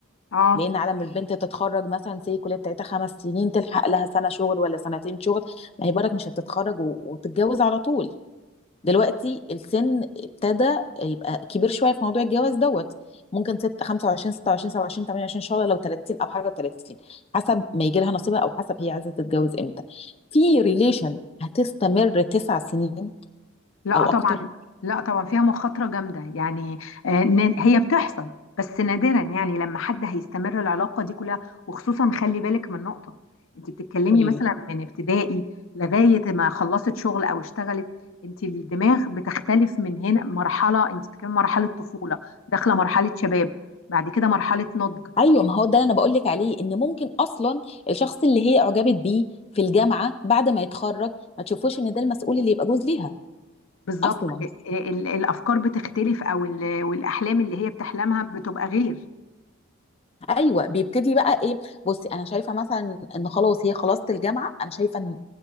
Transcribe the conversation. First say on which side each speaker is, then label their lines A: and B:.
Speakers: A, on the left (about 80°); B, on the left (about 30°).
A: اه
B: لان على ما البنت تتخرج مثلا سي الكليه بتاعتها خمس سنين تلحق لها سنه شغل ولا سنتين شغل ما هي برك مش هتتخرج و- وتتجوز على طول دلوقتي السن ابتدى يبقى كبير شويه في موضوع الجواز دوت ممكن ست 25 26 27 28 ان شاء الله لو 30 او حاجه و30 حسب ما يجي لها نصيبها او حسب هي عايزه تتجوز امتى في ريليشن هتستمر تسع سنين
A: لا
B: او اكتر
A: طبعا لا طبعا فيها مخاطرة جامدة يعني آه، نا- هي بتحصل بس نادرا يعني لما حد هيستمر العلاقة دي كلها وخصوصا خلي بالك من نقطة انت بتتكلمي
B: قولي
A: مثلا
B: لي
A: من ابتدائي لغاية ما خلصت شغل او اشتغلت انت الدماغ بتختلف من هنا مرحلة انت بتتكلمي مرحلة طفولة داخلة مرحلة شباب بعد كده مرحلة نضج
B: ايوه ما هو ده اللي انا بقول لك عليه ان ممكن اصلا الشخص اللي هي اعجبت بيه في الجامعه بعد ما يتخرج ما تشوفوش ان ده المسؤول اللي يبقى جوز ليها
A: بالظبط
B: اصلا
A: ال- ال- الافكار بتختلف او ال- والاحلام اللي هي بتحلمها بتبقى غير
B: ايوه بيبتدي بقى ايه بصي انا شايفه مثلا ان خلاص هي خلصت الجامعه انا شايفه ان